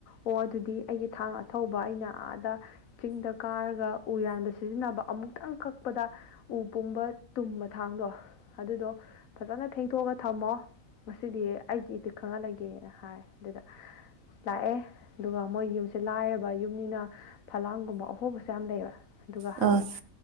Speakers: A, on the left (about 75°); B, on the right (about 70°).
A: ꯑꯣ ꯑꯗꯨꯗꯤ ꯑꯩꯒꯤ ꯊꯥꯡ ꯑꯊꯧꯕ ꯑꯩꯅ ꯑꯥꯗ ꯆꯤꯡꯗ ꯀꯥꯔꯒ ꯎ ꯌꯥꯟꯗ ꯁꯤꯖꯤꯟꯅꯕ ꯑꯃꯨꯛꯇꯪ ꯀꯛꯄꯗ ꯎ ꯄꯨꯝꯕ ꯇꯨꯝꯕ ꯈꯊꯥꯡꯗꯣ ꯑꯗꯨꯗꯣ ꯐꯖꯅ ꯊꯦꯡꯗꯣꯛꯑꯒ ꯊꯝꯃꯣ ꯉꯁꯤꯗꯤ ꯑꯩꯒꯤ ꯏ ꯈꯪꯍꯜꯂꯒꯦꯅ ꯍꯥꯏ ꯑꯗꯨꯗ ꯂꯥꯛꯑꯦ ꯑꯗꯨꯒ ꯃꯣꯏ ꯌꯨꯝꯁꯦ ꯂꯥꯏꯔꯕ ꯌꯨꯝꯅꯤꯅ ꯐꯂꯥꯡꯒꯨꯝꯕ ꯑꯍꯣꯕꯁꯨ ꯌꯥꯝ ꯂꯩꯕ ꯑꯗꯨꯒ ꯍꯪꯉꯛꯑꯦ
B: ꯑꯥ ꯑꯥ ꯑꯥ